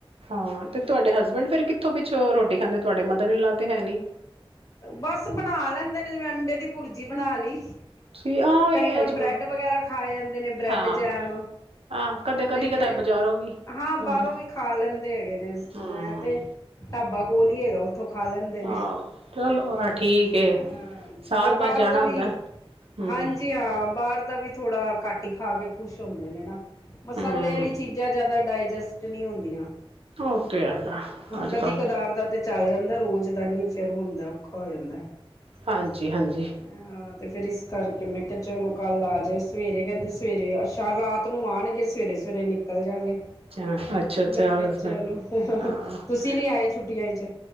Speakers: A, on the right; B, on the left.
A: ਹਾਂ ਤੇ ਤੁਹਾਡੇ ਹਸਬੈਂਡ ਫੇਰ ਕਿੱਥੋਂ ਪਿੱਛੋਂ ਰੋਟੀ ਖਾਂਦੇ? ਤੁਹਾਡੇ ਮਦਰ ਇਨ ਲਾ ਤੇ ਹੈ ਨੀ।
B: ਬਸ ਬਣਾ ਲੈਂਦੇ ਨੇ ਜਿਵੇਂ ਅੰਡੇ ਦੀ ਭੁਰਜੀ ਬਣਾ ਲਈ।
A: ਸੀ ਆਹ ਉਹੀ
B: ਕਈ
A: ਹੈ
B: ਵਾਰ
A: ਛੋੜ
B: ਬ੍ਰੈਡ ਵਗੈਰਾ ਖਾ ਜਾਂਦੇ ਨੇ, ਬਰੈਡ
A: ਹਾਂ
B: ਜੈਮ।
A: ਆਹ ਕਦੇ ਕਦੀ
B: ਨਈਂ
A: ਕਦਾ
B: ਤੇ
A: ਬਾਜ਼ਾਰੋਂ ਵੀ
B: ਹਾਂ
A: ਬੰਦਾ
B: ਬਾਹਰੋਂ ਵੀ ਖਾ ਲੈਂਦੇ ਹੈਗੇ ਨੇ, ਇਹ
A: ਹਮ
B: ਤੇ ਢਾਬਾ ਕੋਲੀ ਏਗਾ ਉੱਥੋਂ ਖਾ ਲੈਂਦੇ ਨੇ।
A: ਆਹੋ ਚਲੋ ਆਹ ਠੀਕ ਏ
B: ਹਾਂਜੀ
A: ਸਾਲ
B: ਬਾਹਰ
A: ਬਾਅਦ ਜਾਣਾ
B: ਦਾ ਵੀ
A: ਹੁੰਦਾ। ਹਮ
B: ਹਾਂਜੀ ਹਾਂ, ਬਾਹਰ ਦਾ ਵੀ ਥੋੜਾ ਘੱਟ ਈ ਖਾ ਕੇ ਖੁਸ਼ ਹੁੰਦੇ ਨੇ ਨਾ। ਮਸਾਲੇ
A: ਹਮ
B: ਆਲੀ ਚੀਜ਼ਾਂ ਜਿਆਦਾ ਡਾਇਜਸਟ ਨ੍ਹੀਂ ਹੁੰਦੀਆਂ।
A: ਓ ਤੇ ਹੈਗਾ, ਅਜ-ਕਲ।
B: ਕਦੀ ਕਦਾਰ ਦਾ ਤੇ ਚੱਲ ਜਾਂਦਾ ਰੋਜ਼ ਦਾ ਨੀ ਫਿਰ ਹੁੰਦਾ, ਔਖਾ ਹੋ ਜਾਂਦਾ।
A: ਹਾਂਜੀ ਹਾਂਜੀ
B: ਹਾਂ ਤੇ ਫਿਰ ਇਸ ਕਰਕੇ ਮੈਂ ਕਿਹਾ ਚਲੋ ਕੱਲ ਆ ਜਾਓ ਸਵੇਰੇ, ਕਹਿੰਦੇ ਸਵੇਰੇ ਅੱਛਾ ਰਾਤ ਨੂੰ ਆਣਗੇ। ਸਵੇਰੇ-ਸਵੇਰੇ ਨਿਕਲ ਜਾਂਗੇ
A: ਅੱਛਾ ਅੱਛਾ ਅੱਛਾ
B: ਮੈਂ ਕਿਹਾ
A: ਹਸਬੈਂਡ
B: ਚਲੋ
A: ਹਾਂ
B: ਤੁਸੀਂ ਨ੍ਹੀਂ ਆਏ ਛੁੱਟੀਆਂ ਇਚ?